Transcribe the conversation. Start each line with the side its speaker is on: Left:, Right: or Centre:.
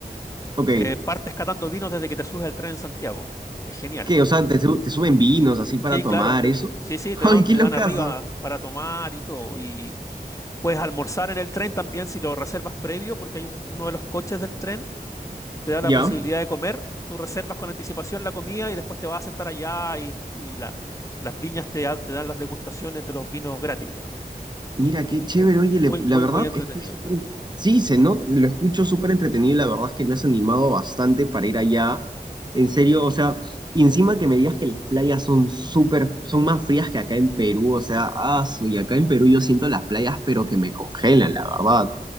Right: ok.
Left: que partes catando vinos desde que te subes al tren en Santiago. Es genial.
Right: ¿Qué? O sea, te, su- te suben vinos así para
Left: Sí,
Right: tomar
Left: claro, te-
Right: eso.
Left: sí, sí,
Right: <laughs>
Left: te
Right: Ay,
Left: dan,
Right: qué
Left: te
Right: locazo.
Left: dan arriba para tomar y todo. Y puedes almorzar en el tren también si lo reservas previo, porque hay un- uno de los coches del tren, te da la
Right: ¿Ya?
Left: posibilidad de comer. Tú reservas con anticipación la comida y después te vas a sentar allá y, y la- las viñas te, dan te dan las degustaciones de los vinos gratis, digamos.
Right: Mira, qué chévere,
Left: Es
Right: oye,
Left: muy,
Right: le- la
Left: muy,
Right: verdad
Left: muy entretenido.
Right: es que es súper... Sí, se nota, lo escucho súper entretenido y la verdad es que me has animado bastante para ir allá. En serio, o sea, y encima que me digas que las playas son súper, son más frías que acá en Perú, o sea, ah, su- y acá en Perú yo siento las playas, pero que me congelan, la verdad.